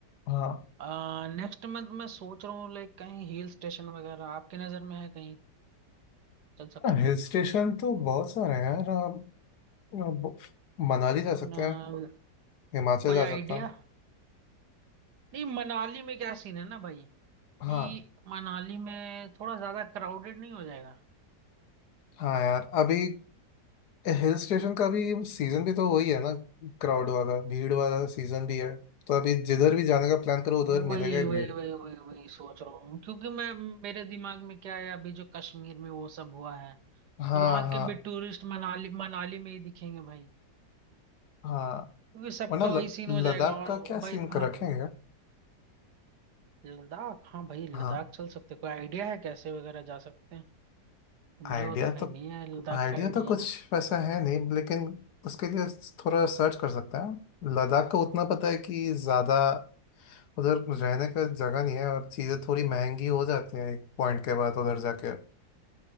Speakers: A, on the left (about 65°); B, on the right (about 65°).
A: हाँ
B: आ, नेक्स्ट मंथ मैं सोच रहा हूँ लाइक कहीं हिल स्टेशन वगैरह आपकी नज़र में है कहीं चल सकते
A: हिल
B: हैं
A: स्टेशन तो बहुत सारे हैं यार हम- हम- मनाली जा सकते
B: न,
A: हैं हिमाचल
B: कोई
A: जा
B: आइडिया
A: सकता हूँ
B: नहीं मनाली में क्या सीन है ना भाई
A: हाँ
B: कि मनाली में थोड़ा ज्यादा क्राउडेड नहीं हो जाएगा
A: हाँ यार अभी हिल स्टेशन का भी सीजन भी तो वही है ना क्राउड वाला भीड़ वाला सीजन भी है तो अभी जिधर भी जाने का प्लान करो उधर
B: वही
A: मिलेगा ही
B: वही
A: भीड़
B: वही वही वही सोच रहा हूँ क्योंकि मैं मेरे दिमाग में क्या है अभी जो कश्मीर में वो सब हुआ है
A: हाँ
B: तो वहां के
A: हाँ
B: भी टूरिस्ट मनाली मनाली में ही दिखेंगे भाई
A: हाँ
B: क्योंकि सबका
A: वरना ल-
B: वही सीन हो जाएगा
A: लद्दाख
B: और
A: का क्या
B: भाई
A: सीन कर
B: हाँ
A: रखेंगे यार?
B: लद्दाख हाँ भाई लद्दाख
A: हाँ
B: चल सकते कोई आइडिया है कैसे वगैरह जा सकते हैं मेरे
A: आइडिया
B: को तो भाई
A: तो
B: नहीं है लद्दाख
A: आइडिया
B: का आइडिया
A: तो कुछ वैसा है नहीं लेकिन उसके लिए थोड़ा सर्च कर सकते हैं लद्दाख का उतना पता है कि ज़्यादा उधर रहने का जगह नहीं है और चीज़ें थोड़ी महंगी हो जाती हैं एक पॉइंट के बाद उधर जाके